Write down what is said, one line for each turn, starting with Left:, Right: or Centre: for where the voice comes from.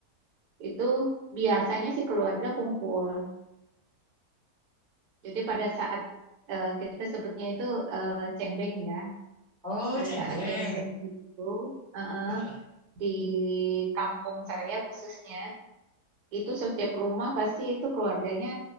Right: Itu biasanya sih keluarga kumpul. Jadi pada saat eh, kita sebutnya itu eh, cengbeng ya.
Centre: oh
Right: Pada
Centre: cengbeng
Right: saat cengbeng itu eh, eh,
Centre: Eh,
Right: di kampung saya khususnya itu setiap rumah pasti itu keluarganya